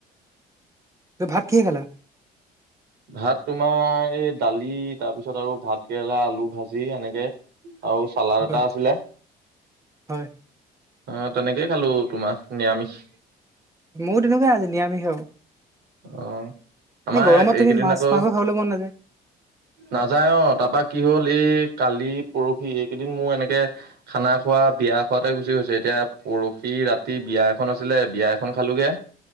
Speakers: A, on the right; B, on the right.
A: তই ভাত কিহে খালা?
B: ভাত তোমাৰ এই দালি তাৰপিছত আৰু ভাতকেৰেলা আলু ভাজি এনেকে। আও চালাড
A: হয়
B: এটা আছিলে,
A: হয়
B: এ তেনেকেই খালো তোমাৰ নিৰামিষ।
A: মোইয়ো তেনেকুৱাই আজ নিয়ামিষ আও
B: অ আমাৰ
A: এই গৰমত
B: এইকেইদিন
A: তুমি মাছ
B: আকৌ
A: মাংস খাবলৈ মন নাযায়।
B: নাযায় অ, তাৰপা কি হ'ল এই কালি পৰহি এইকেইদিন মোৰ এনেকে - খানা খোৱা, বিয়া খোৱাতে, গুচি গৈছে। এতিয়া পৰহি ৰাতি বিয়া এখন আছিলে বিয়া এখন খালোগে।